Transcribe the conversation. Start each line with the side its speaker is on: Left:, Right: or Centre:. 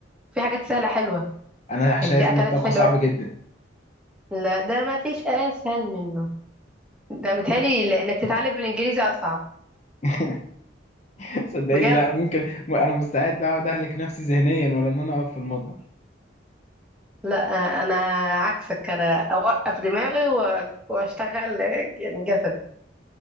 Centre: في حاجات سهلة حلوة
Left: انا شايف
Centre: يعني في
Left: ان
Centre: أكلات
Left: الطبخ
Centre: حلوة
Left: صعب جدا
Centre: لا ده ما فيش أسهل منه ده متهيألي إنك تتعلم الإنجليزي أصعب
Left: <laughs> صدقيني
Centre: بجد
Left: لا ممكن م- انا مستعد اقعد اهلك نفسي ذهنيا ولا ان انا اقف في المطبخ
Centre: لا انا عكسك انا اوقف دماغي و- واشتغل يعني جسدي